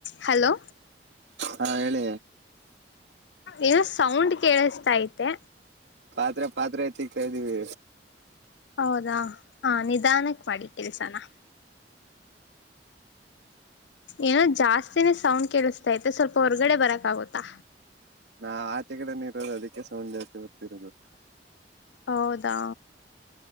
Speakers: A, on the left; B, on the right.
A: Hello
B: ಹಾ ಹೇಳಿ
A: ಏನೋ ಸೌಂಡ್ ಕೇಳಿಸತ ಐತೆ
B: ಪಾತ್ರೆ ಪಾತ್ರೆ ತಿಗ್ತಾ ಇದೀವಿ
A: ಹೌದಾ ಹ ನಿಧಾನಕ್ ಮಾಡಿ ಕೆಲ್ಸನ ಏನೋ ಜಾಸ್ತಿನೇ ಸೌಂಡ್ ಕೇಳಿಸ್ತೈತೆ ಸ್ವಲ್ಪ ಹೊರ್ಗಡೆ ಬರಕ್ ಆಗುತ್ತಾ.
B: ನಾ ಆಚೆಕಡೆನ ಇರೋದು ಅದಕ್ಕೆ ಸೌಂಡ್ ಜಾಸ್ತಿ ಬರ್ತಿರೋದು.
A: ಹೌದಾ